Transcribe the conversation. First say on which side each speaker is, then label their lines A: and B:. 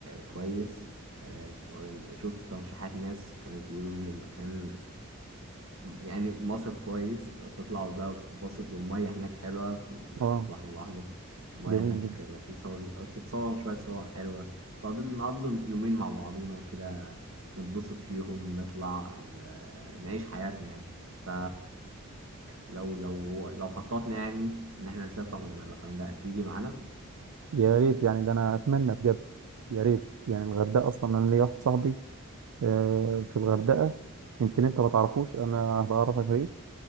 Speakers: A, on the right; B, on the right.
A: كويس آه، شفت ترشيحات ناس كانوا بيقولوا إن المكان يعني مصيف كويس تطلعوا بقى وتتبسط والمية هناك حلوة في
B: اه
A: البحر الأحمر المياه
B: جميل
A: هناك
B: جدا
A: لطيفة وتتصور شوية صور حلوة تقضي نقضي يومين مع بعضينا كده نتبسط فيهم نطلع ن- نعيش حياتنا يعني ف لو لو لو خططنا يعني إن احنا نسافر من الغردقة تيجي معانا
B: يا ريت يعني ده انا اتمنى بجد يا ريت يعني الغردقه اصلا انا ليا واحد صاحبي آه، في الغردقة يمكن انت ما تعرفوش انا بعرفك ايه